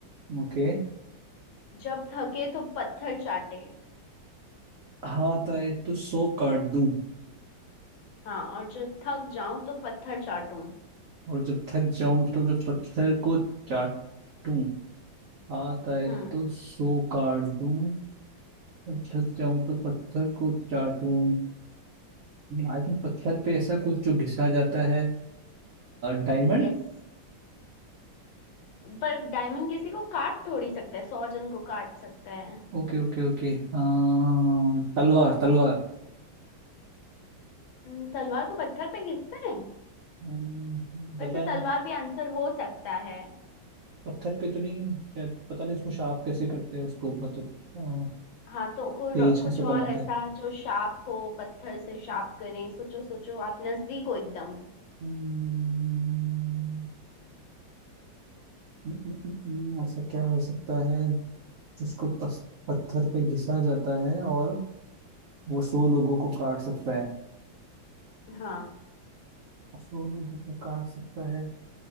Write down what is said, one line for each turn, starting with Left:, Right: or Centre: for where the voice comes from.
Right: ओके
Left: जब थके तो पत्थर चाटे
Right: हाथ आए तो सो काट दूं
Left: हाँ और जब थक जाऊं तो पत्थर चाटूं
Right: और जब थक जाऊं तो मैं पत्थर को चाटूं हाथ आए
Left: हम्म
Right: तो सो काट दूं और थक जाऊं तो पत्थर को चाटूं आई थिंक पत्थर पे ऐसा कुछ जो घिसा जाता है डायमंड
Left: यस पर डायमंड किसी को काट थोड़ी सकता है सौ जन को काट सकता है
Right: ओके ओके ओके हाँ तलवार तलवार
Left: हम्म, तलवार को पत्थर पे घिसते हैं
Right: अम्म, पता
Left: वैसे
Right: नहीं
Left: तलवार भी आंसर हो सकता है
Right: पत्थर पे तो नहीं शायद पता नहीं उसको शार्प कैसे करते हैं उसको मतलब अ,
Left: हाँ तो कोई
Right: तेज
Left: रो-
Right: कैसे
Left: कुछ और
Right: बनाते
Left: ऐसा
Right: हैं
Left: जो शार्प हो पत्थर से शार्प करें सोचो सोचो आप नजदीक हो एकदम
Right: हम्म, न- न- न- न- ऐसा क्या हो सकता है जिसको पस, पत्थर पे घिसा जाता है और वो सौ लोगों को काट सकता है
Left: हाँ
Right: सौ लोगों को काट सकता है अ,